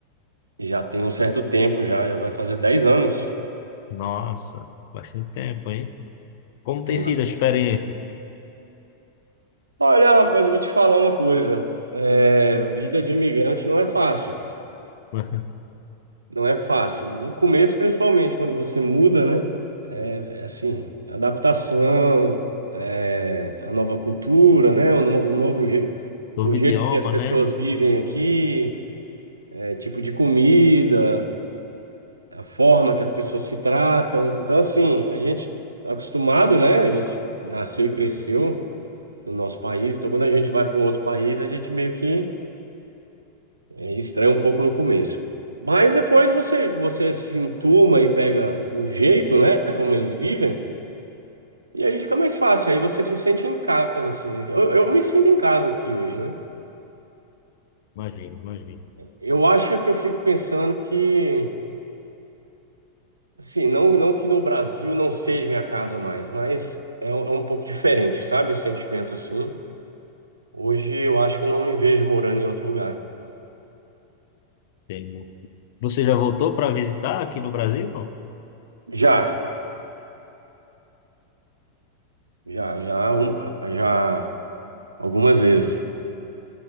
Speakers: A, on the right; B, on the left.
A: e já tem um certo tempo já, já vai fazer 10 anos.
B: Nossa, bastante tempo, hein? Como tem
A: Tem
B: sido
A: bastante.
B: a experiência?
A: Olha, rapaz, eu vou te falar uma coisa. É, vida de imigrante não é fácil.
B: <laughs>
A: Não é fácil. No começo, principalmente, quando você muda, né? É assim, adaptação, é, a nova cultura, né? O, no- o novo je-
B: Novo
A: o
B: idioma,
A: jeito que as pessoas
B: né?
A: vivem aqui, é, tipo de comida, a forma que as pessoas se tratam. Então, assim, a gente acostumado, né? A gente nasceu e cresceu no nosso país. Então, quando a gente vai para um outro país, a gente meio que é, estranha um pouco no começo. Mas depois você, você se entuma e pega o jeito, né? Como eles vivem. E aí fica mais fácil, aí você se sente em casa, assim. Eu, eu me sinto em casa aqui hoje, né?
B: Imagino, imagino.
A: Eu acho que eu fico pensando que, assim, não, não que no Brasil não seja minha casa mais, mas é, um- é um pouco diferente, sabe? O sentimento, assim. Hoje eu acho que eu não me vejo morando em outro lugar.
B: Tem muito. Você já voltou para visitar aqui no Brasil, não?
A: Já, já, já, um- já algumas vezes.